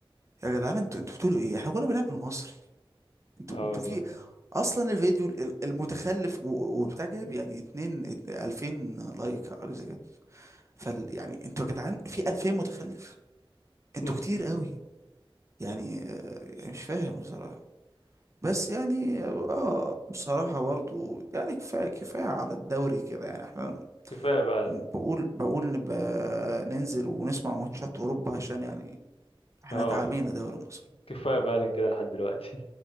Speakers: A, on the right; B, on the left.
A: يا جدعان انتوا انتوا بتقولوا ايه احنا كنا بنلعب المصري انتوا
B: اه
A: انتوا
B: والله
A: في اصلا الفيديو ال- المتخلف و- وبتاع جاب يعني اتنين ات- 2000 لايك او حاجه زي كده فال يعني انتوا يا جدعان في 2000 متخلف انتوا
B: <laughs>
A: كتير قوي يعني آه، يعني مش فاهم بصراحه بس يعني اه بصراحه برضو يعني كفايه كفايه على الدوري كده يعني احنا
B: كفايه فعلا
A: بقول بقول نبقى ننزل ونسمع ماتشات اوروبا عشان يعني احنا
B: اه
A: اتعامينا دوري مصر
B: كفايه فعلا كده لحد دلوقتي